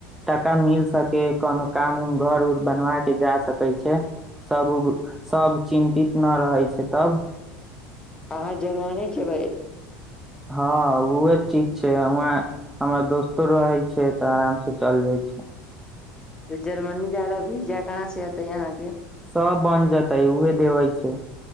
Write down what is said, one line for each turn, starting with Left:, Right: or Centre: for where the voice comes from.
Centre: टाका मिल सके कोनो काम उम घर उर बनवा के जा सकै छै सब उ सब चिन्तित न रहै छै तब
Left: अहाँ जवारी खेबै
Centre: हँ उहे ठीक छै उहें हमर दोस्तो रहै छै तऽ आराम से चल जाइ छै
Left: तऽ जर्मनी जा विजा कहाँ से एऔते यहाँ के
Centre: सब बन जेतै उहे देवे छै